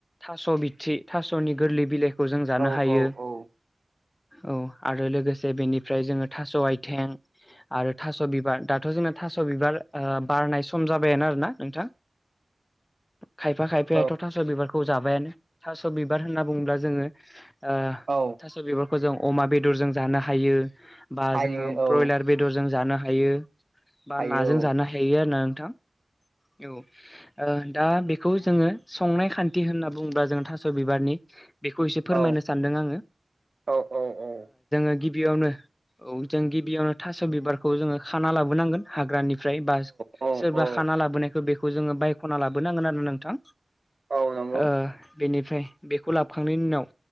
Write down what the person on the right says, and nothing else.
औ
औ औ
औ
औ
हायो
औ
हायो
औ
औ औ औ।
औ
औ
औ नंगौ